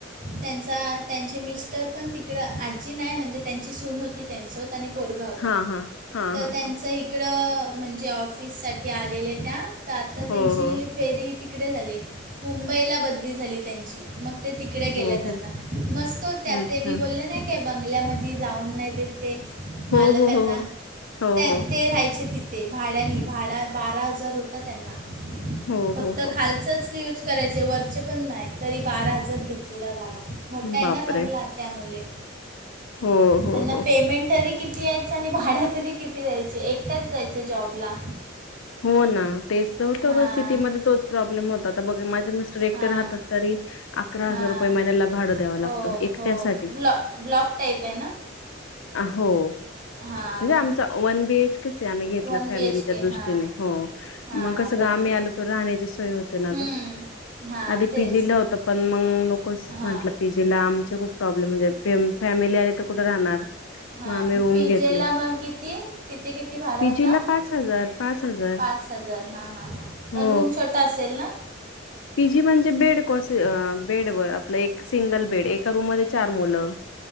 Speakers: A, on the right; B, on the left.
A: त्यांचा त्यांचे मिस्टर पण तिकडं आजी नाही म्हणजे त्यांची सून होती त्यांचं त्यानी पोरगा होता.
B: हा हा हा
A: तर
B: हा हा
A: त्यांचा तिकड म्हणजे ऑफिससाठी आलेल्या त्या तर आता त्यांची
B: हो हो
A: फेरी तिकडे झाली. मुंबईला बदली झाली त्यांची. मग ते तिकडे गेल्यात
B: हो
A: आता
B: हो
A: मस्त होत्या
B: अच्छा
A: ते मी बोलले नाही क बंगल्यामध्ये जाऊन नाही देते
B: हो
A: मालक
B: हो
A: आता
B: हो हो
A: त्या
B: हो
A: ते राहायचे तिथ भाड्यानी भाडा बारा हजार होता त्यांना
B: हो हो
A: फक्त
B: हो हो.
A: खालचचं यूज करायचे वरचे पण नाही तरी बारा हजार घेतलेला भाडा मोठा आहे
B: बापरे
A: ना बंगला. त्यामुले
B: हो हो
A: त्यांना
B: हो
A: पेमेंट
B: हो
A: तरी किती यायचं आणि भाडा तरी किती दायचे एकटयाचं जायच्या जॉबला.
B: हो ना तेच तर होतं
A: हां
B: गं सिटीमध्ये तोच प्रॉब्लेम होता तर बघ माझे मिस्टर एकटे
A: हां
B: राहतात तरी अकरा
A: हां
B: हजार रुपये महिन्याला भाडं द्यावं
A: हो
B: लागतं एकट्या
A: हो
B: साठी.
A: ब्लॉ ब्लॉक टाईप आहे ना
B: हो
A: हां
B: म्हणजे
A: मग
B: आमचा वन बीएच केच आहे आम्ही घेतला
A: वन
B: फॅमिलीच्या
A: बी एच के हां
B: दृष्टी हो
A: हां
B: मग
A: हां
B: कसं
A: बरोबर
B: गं आम्ही आलो तर राहण्याची सोय होते ना
A: हम्म,
B: गं
A: हां
B: आधी
A: तेच
B: पीजी ला होत पण मग नकोचं
A: हां
B: म्हटलं पीजी लांबच खूप प्रॉब्लेम म्हणजे फॅमिली आली तर कुठे राहणार?
A: हा
B: मग आम्ही रूम
A: पि्जेला
B: घेतली
A: मग किती तिथे किती भाड
B: पीजीला
A: होतं?
B: पाच हजार पाच हजार
A: पाच हजार हा हा हा पण
B: हो.
A: रूम छोटा असेल ना?
B: पीजी म्हणजे बेड कोस बेड व आपलं एक सिंगल बेड एका रूम मध्ये चार मुलं.